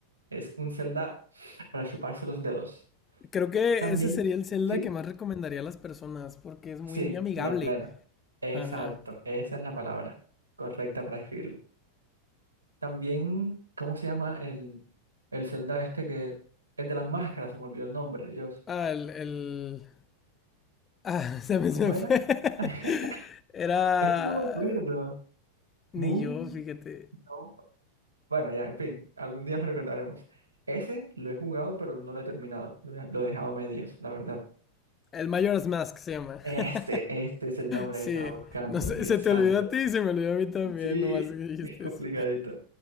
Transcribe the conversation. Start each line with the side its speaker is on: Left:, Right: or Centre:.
Right: Es un Zelda para chuparse los dedos.
Left: Creo que
Right: También,
Left: ese sería el Zelda
Right: ¿sí?
Left: que más recomendaría a las personas porque es muy
Right: Sí,
Left: amigable.
Right: la plena. Exacto,
Left: Ajá.
Right: esa es la palabra correcta para escribirlo. También, ¿cómo se llama el, el Zelda este que es de las máscaras? Se me olvidó el nombre, Dios.
Left: Ah, el, el... Ah, <laughs> se me,
Right: ¿Cómo
Left: se me
Right: era?
Left: fue. <laughs>
Right: <laughs>
Left: Era...
Right: Es que no me acuerdo. Moon,
Left: Ni yo, fíjate.
Right: no. Bueno, ya, en fin, algún día lo recordaremos. Ese lo he jugado, pero no lo he terminado. Lo he, lo he dejado a medias, la verdad.
Left: El Majora's Mask se llama.
Right: Este,
Left: <laughs>
Right: este es el nombre
Left: Sí.
Right: que estaba buscando,
Left: No sé,
Right: Dios
Left: se
Right: santo.
Left: te olvidó a ti y se me olvidó a mí también,
Right: Sí,
Left: nomás que dijiste
Right: <laughs> es complicadito,
Left: eso.